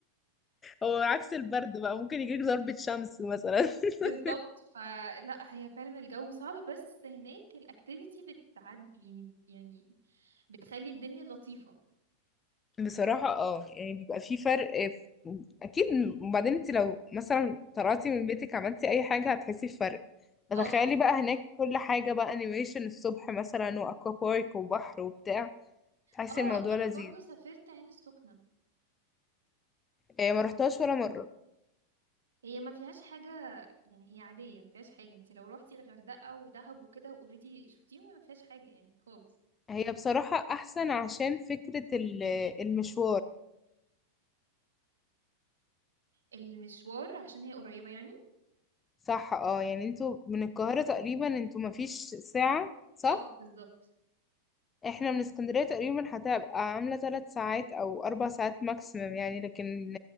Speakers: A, on the left; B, on the right.
A: هو عكس البرد بقى ممكن يجيلك ضربة شمس مثلا <laughs>
B: بالظبط فلا هي فعلا الجو صعب بس هناك الاكتيفيتي بتعدي يعني يعني بتخلي الدنيا لطيفة
A: بصراحة اه يعني بيبقى في فرق في- اكيد وبعدين انت لو مثلا طلعتي من بيتك عملتي اي حاجة هتحسي بفرق فتخيلي
B: اه
A: بقى هناك كل حاجة بقى انيميشن الصبح مثلا واكوا بارك وبحر وبتاع تحسي
B: اه
A: الموضوع
B: انا
A: لذيذ
B: برضو سافرت عين السخنة
A: إيه ما رحتهاش ولا مرة
B: هي ما فيهاش حاجة يعني هي عادية ما فيهاش حاجة انت لو روحتي الغردقة ودهب وكده اوريدي شفتيهم ما فيهاش حاجة يعني خالص
A: هي بصراحة أحسن عشان فكرة ال- المشوار
B: المشوار عشان هي قريبة يعني
A: صح اه يعني انتوا من القاهرة تقريبا انتوا مفيش ساعة صح؟
B: اه بالظبط
A: احنا من اسكندرية تقريبا هتبقى عاملة ثلاث ساعات أو أربع ساعات ماكسيمم يعني لكن